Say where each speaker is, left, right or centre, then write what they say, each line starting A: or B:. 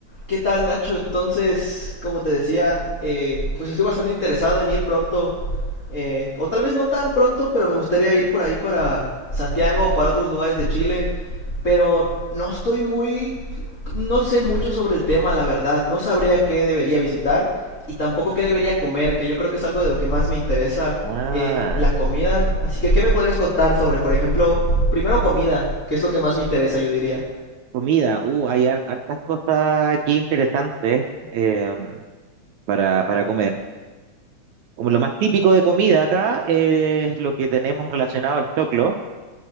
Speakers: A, on the left; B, on the right.
A: ¿Qué tal Nacho? Entonces, como te decía, eh, pues estoy bastante interesado en ir pronto, eh, o tal vez no tan pronto, pero me gustaría ir por ahí para Santiago, o para otros lugares de Chile, pero no estoy muy, no sé mucho sobre el tema, la verdad, no sabría qué debería visitar y tampoco qué debería comer, que yo creo que es algo de lo que más me interesa,
B: Ah,
A: eh, la comida, así que ¿qué me podrías contar sobre, por ejemplo, primero comida, que es lo que más me interesa, yo diría?
B: comida. Uh, hay har- hartas cosas aquí interesantes em, para, para comer. Como lo más típico de comida acá es lo que tenemos relacionado al choclo,